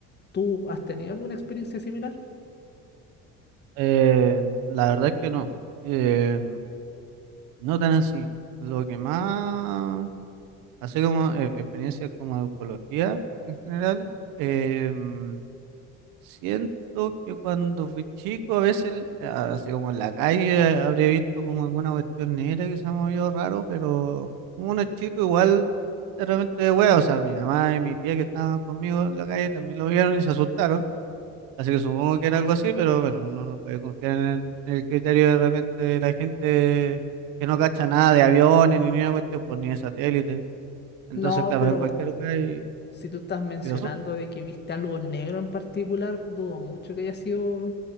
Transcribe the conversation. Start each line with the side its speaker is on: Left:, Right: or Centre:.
Left: ¿tú has tenido alguna experiencia similar?
Right: Eh, la verdad es que no. Eh, no tan así. Lo que más, así como eh, experiencias como de ufología en general, eh, mm, siento que cuando fui chico, a veces, el- a- así como en la calle, eh, habría visto como alguna cuestión negra que se me movió raro, pero como uno es chico, igual de repente, hueá, o sea, mi mamá y mi tía que estaban conmigo en la calle también lo vieron y se asustaron. Así que supongo que era algo así, pero bueno, uno no puede confiar en el, en el criterio de repente de la gente que no cacha nada de aviones ni ninguna cuestión, pues ni de satélite. Entonces,
Left: No,
Right: claro,
Left: pero
Right: ven cualquier lugar y,
Left: si tú estás mencionando
Right: y lo asustan.
Left: de que viste algo negro en particular, dudo mucho que haya sido